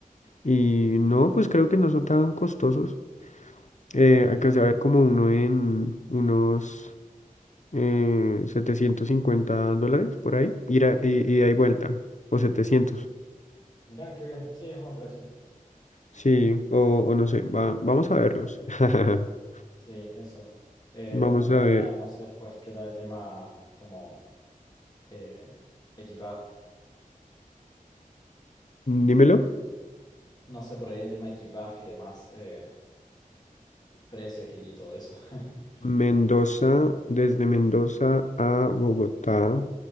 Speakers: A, on the left; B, on the left.
A: y no, pues creo que no son tan costosos. Eh,
B: mm,
A: alcancé a ver como uno en unos eh, 750 dólares por ahí, ir a- y, ida y ahí vuelta, o setecientos,
B: mira, qué bien, sí, es buen precio.
A: Sí, o, o no sé, va- vamos a verlos. <laughs>
B: Sí, eso. Eh,
A: Vamos
B: bueno,
A: a ver,
B: nada, no sé después qué tal el tema como eh, equipaje,
A: dímelo.
B: no sé por ahí el tema equipaje y demás, eh, precios y y todo eso. <laughs>
A: Mendoza, desde Mendoza a Bogotá.